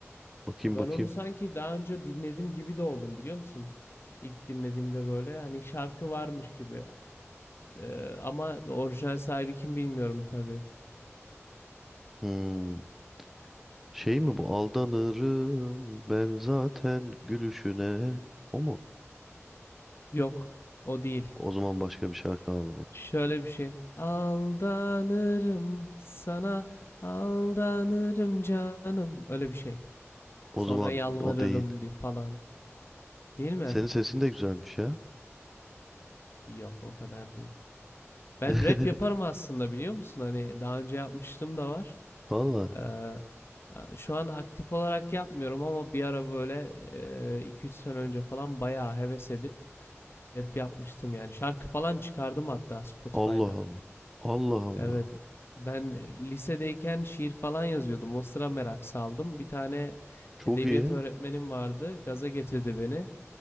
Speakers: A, in the centre; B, on the left.
A: Bakayım
B: ya ben
A: bakayım.
B: onu sanki daha önce dinledim gibi de oldum biliyor musun? İlk dinlediğimde böyle hani şarkı varmış gibi. Ee, ama orijinal sahibi kim bilmiyorum tabii.
A: Hmm. Şey mi bu? Aldanırım ben zaten gülüşüne. O mu?
B: Yok, o değil.
A: O zaman başka bir şarkı abi bu.
B: Şöyle bir şey. Aldanırım sana, aldanırım canım. Öyle bir şey.
A: O
B: Sonra
A: zaman
B: yalvarırım
A: o değil.
B: diye falan. Değil mi?
A: Senin sesin de güzelmiş ya.
B: Yok, o kadar değil. Ben
A: <laughs>
B: rap yaparım aslında biliyor musun? Hani daha önce yapmıştım da var.
A: Valla.
B: Ee, şu an aktif olarak yapmıyorum ama bir ara böyle e, iki üç sene önce falan bayağı heves edip rap yapmıştım yani. Şarkı falan çıkardım hatta Spotify'da.
A: Allah Allah. Allah Allah.
B: Evet. Ben e, lisedeyken şiir falan yazıyordum. O sıra merak saldım. Bir tane
A: Çok
B: edebiyat
A: iyi.
B: öğretmenim vardı. Gaza getirdi beni.